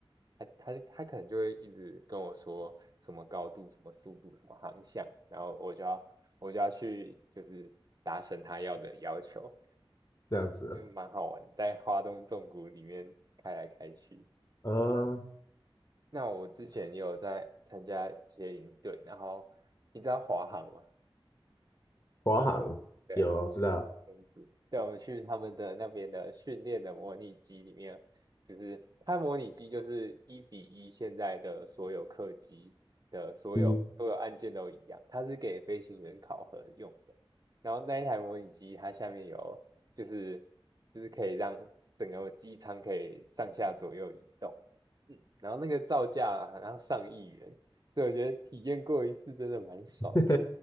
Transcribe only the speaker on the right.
他他他可能就会一直跟我说什么高度、什么速度、什么航向，然后我就要我就要去就是达成他要的要求，
就蛮好玩，在华东纵谷里面开来开去。
那我之前也有在参加一些营队，然后你知道华航吗？
对。
东西对，我们去他们的那边的训练的模拟机里面，就是它模拟机就是一比一，现在的所有客机的所有所有按键都一样，
它是给飞行员考核用的。然后那一台模拟机，它下面有就是就是可以让整个机舱可以上下左右移动，嗯，然后那个造价啊好像上亿元，所以我觉得体验过一次真的蛮爽的，